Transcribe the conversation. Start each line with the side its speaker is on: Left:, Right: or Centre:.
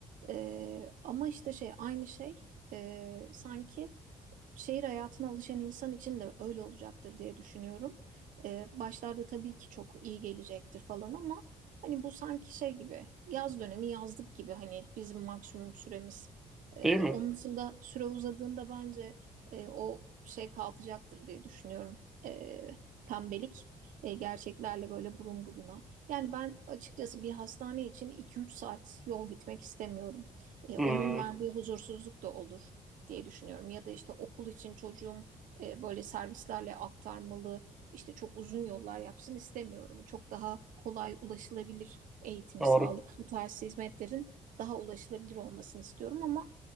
Right: Ee, ama işte şey aynı şey e, sanki şehir hayatına alışan insan için de öyle olacaktır diye düşünüyorum. Ee, başlarda tabii ki çok iyi gelecektir falan ama hani bu sanki şey gibi yaz dönemi yazlık gibi hani bizim maksimum süremiz. Ee,
Centre: Değil mi?
Right: onun dışında süre uzadığında bence e, o şey kalkacaktır diye düşünüyorum. Ee, pembelik e, gerçeklerle böyle burun buruna. Yani ben açıkçası bir hastane için iki üç saat yol gitmek istemiyorum. E,
Centre: Hmm,
Right: onun verdiği huzursuzluk da olur diye düşünüyorum. Ya da işte okul için çocuğum e, böyle servislerle aktarmalı, işte çok uzun yollar yapsın istemiyorum. Çok daha kolay ulaşılabilir eğitim,
Centre: doğru.
Right: sağlık, bu tarz hizmetlerin daha ulaşılabilir olmasını istiyorum ama